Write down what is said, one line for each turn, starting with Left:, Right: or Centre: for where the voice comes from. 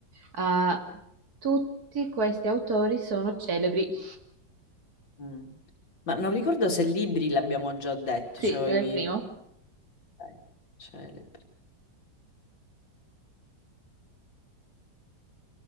Right: ah, tutti questi autori sono celebri.
Left: Mm. Ma non ricordo se libri l'abbiamo già detto,
Right: Sì,
Left: cioè
Right: era
Left: i vi-
Right: il Celebri. primo.
Left: ok, celebri.